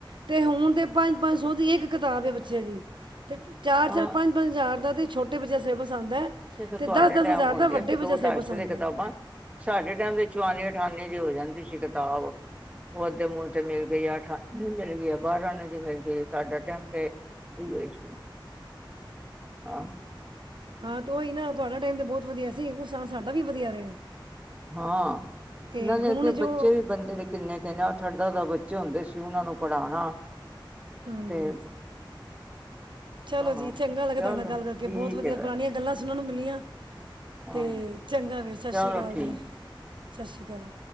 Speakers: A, on the right (about 65°); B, on the right (about 15°).
A: ਤੇ ਹੁਣ ਤੇ ਪੰਜ ਪੰਜ ਸੌ ਦੀ ਇੱਕ ਕਿਤਾਬ ਹੈ ਬੱਚੇ ਦੀ। ਤੇ ਚਾਰ ਚਾਰ
B: ਹਾਂ
A: ਪੰਜ ਪੰਜ ਹਜ਼ਾਰ ਦਾ ਤਾਂ ਛੋਟੇ ਬੱਚੇ ਦਾ ਸਲੇਬਸ ਆਉਂਦਾ ਹੈ।
B: ਜਦੋਂ
A: ਤੇ
B: ਤੁਹਾਡੇ ਟਾਈਮ
A: ਹਜ਼ਾਰ
B: ਹੁੰਦਿਆਂ
A: ਦਾ ਵੱਡੇ
B: ਸੀ ਦੋ
A: ਬੱਚੇ ਦਾ
B: ਟਾਈਸੋ
A: ਸਿਲੇਬਸ
B: ਦੀ
A: ਆਂਦਾ
B: ਕਿਤਾਬਾਂ,
A: ਹੈ
B: ਸਾਡੇ ਟਾਈਮ ਦੇ ਚੁਵਾਨੀ ਅਠਾਨੀ ਦੀ ਹੋ ਜਾਂਦੀ ਸੀ ਕਿਤਾਬ, ਉਹ ਅੱਧੇ ਮੁੱਲ ਤੇ ਮਿਲ ਗਈ ਆ ਅਠ ਆਨੇ ਦੀ ਮਿਲ ਗਈ ਆ, ਬਾਰਾਂ ਆਨੇ ਦੀ ਮਿਲ ਗਈ ਆ, ਸਾਡਾ ਟਾਈਮ ਤੇ ਇਹੀ ਹੋ ਸੀ ਹਾਂ।
A: ਹਾਂ ਤੇ ਉਈ ਨਾ ਤੁਹਾਡਾ ਟਾਈਮ ਤੇ ਬਹੁਤ ਵਧੀਆ ਸੀ। ਉਸ ਇਸਾਬ ਨਾਲ ਸਾਡਾ ਵੀ ਵਧੀਆ ਰਿਹਾ।
B: ਹਾਂ
A: ਤੇ
B: ਇਹਨਾਂ ਦੇ
A: ਹੁਣ
B: ਅੱਗੇ
A: ਜੋ
B: ਬੱਚੇ ਵੀ ਬੰਦੇ ਦੇ ਕਿੰਨੇ ਕਿੰਨੇ ਆਠ ਆਠ ਦਾ ਦਾ ਬੱਚੇ ਹੁੰਦੇ ਸੀ ਉਹਨਾਂ ਨੂੰ ਪੜ੍ਹਾਉਣਾ।
A: ਹਾਂਜੀ
B: ਤੇ
A: ਚਲੋ
B: ਹਾਂ
A: ਜੀ ਚੰਗਾ ਲੱਗਾ
B: ਚਲੋ
A: ਤੁਹਾਡੇ ਨਾਲ ਗੱਲ ਕਰਕੇ
B: ਠੀਕ
A: ਬਹੁਤ ਵਧੀਆ
B: ਹੈ
A: ਪੁਰਾਣੀਆਂ
B: ਫਿਰ
A: ਗੱਲਾਂ ਸੁਨਣ ਨੂੰ ਮਿ ਮਿਲੀਆਂ।
B: ਹਾਂ
A: ਤੇ ਚੰਗਾ ਫੇਰ ਸਤਿ
B: ਚਲੋ
A: ਸ੍ਰੀ ਅਕਾਲ
B: ਠੀਕ
A: ਜੀ। ਸਤਿ ਸ਼੍ਰੀ ਅਕਾਲ।